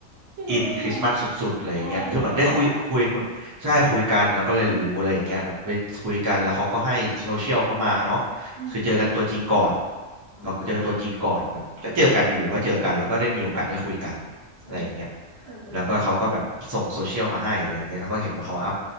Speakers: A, on the right (about 60°); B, on the right (about 25°).
A: พี่รู้ได้ไงอ่ะ
B: อินคริสต์มาสสุดๆอะไรอย่างเงี้ยคือเหมือนได้คุยคุยคุยใช่คุยกันแล้วก็เลยรู้อะไรอย่างเงี้ยแบบไปคุยกันแล้วเขาก็ให้โซเชียลเขามาเนาะ
A: อ๋อหมายถึงว่าเขาบอกอืม
B: คือเจอกันตัวจริงก่อน
A: อ๋อ
B: เราเจอกันตัวจริงก่อนแบบก็เจอกันอยู่ๆก็เจอกันแล้วก็ได้มีโอกาสได้คุยกันอะไรอย่างเงี้ย
A: เฮ้ยเออเออเออ
B: แล้วก็เขาก็แบบส่งโซเชียลมาให้อะไรอย่างเงี้ยแล้วก็เห็นว่าเขาอัพ